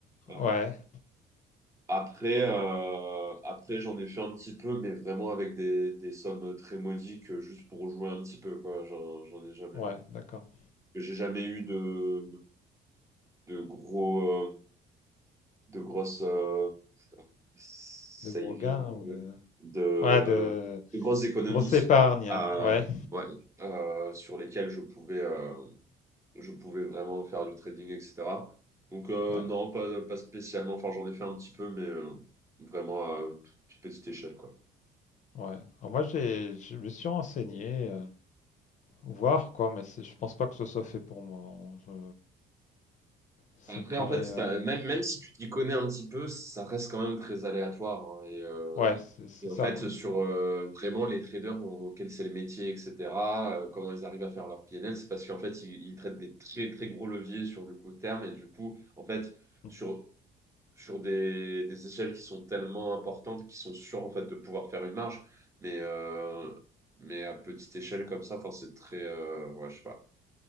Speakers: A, on the right; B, on the left.
A: Euh,
B: Ouais,
A: Après, euh, après j'en ai fait un petit peu, mais vraiment avec des, des sommes très modiques, euh, juste pour jouer un petit peu, quoi. J'en, j'en ai jamais,
B: ouais, d'accord.
A: j'ai jamais eu de, de gros, euh, de grosses euh, saving,
B: De gros gains ou de...
A: de,
B: Ouais, de
A: de grosses économies,
B: grosse épargne. hein.
A: euh,
B: Ouais,
A: ouais, euh, sur lesquelles je pouvais, euh, je pouvais vraiment faire du trading, etc. Donc euh,
B: ouais,
A: non, pas, pas spécialement. Enfin, j'en ai fait un petit peu, mais euh, vraiment à toute petite échelle, quoi.
B: ouais. Alors moi, j'ai, je me suis renseigné. Voir quoi, mais c'est- je pense pas que ce soit fait pour moi. hein. Je- ça
A: Après,
B: me paraît.
A: en fait, c'est
B: euh,
A: pas- même, même si tu t'y connais un petit peu, ça reste quand même très aléatoire. hein. et, euh,
B: Ouais, c'est c'est
A: et en
B: ça.
A: fait,
B: Ouais.
A: sur euh, vraiment les traders auxquels c'est les métiers, etc., euh, comment ils arrivent à faire leur PNL, c'est parce qu'en fait, ils, ils traitent des très, très gros leviers sur le court terme. Et du coup, en fait,
B: Mm.
A: sur, sur des, des échelles qui sont tellement importantes qu'ils sont sûrs, en fait, de pouvoir faire une marge. Mais, euh, mais à petite échelle comme ça, enfin, c'est très... euh, ouais, je sais pas.